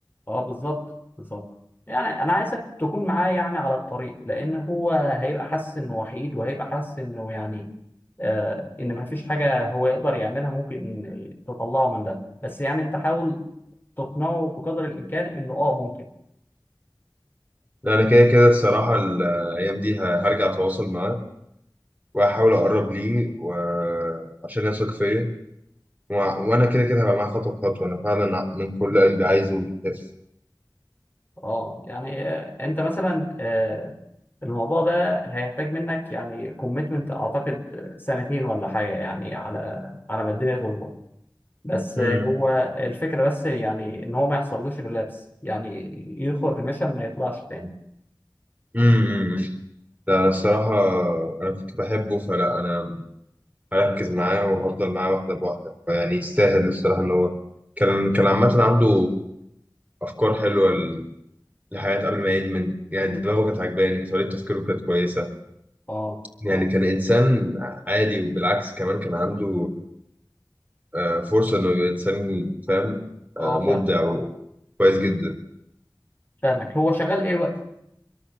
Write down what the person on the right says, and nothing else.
لا أنا كده كده الصراحة الأيام دي ه- هرجع أتواصل معاه وهحاول اقرب ليه وعشان يثق فيا وع- وانا كده كده هبقى معاه خطوه بخطوه انا فعلا من كل قلبي عايزه يخف
امم
امم ده انا الصراحه انا كنت بحبه فلا انا هركز معاه وهفضل معاه واحده بواحده فيعني يستاهل الصراحه ان هو كان كان عامه عنده افكار حلوه ل- للحياه قبل ما يدمن يعني دماغه كانت عجباني طريقه تفكيره كانت كويسه
يعني كان انسان عادي وبالعكس كمان كان عنده آه، فرصة إنه يبقى إنسان فاهم
آه، مبدع
وكويس جدا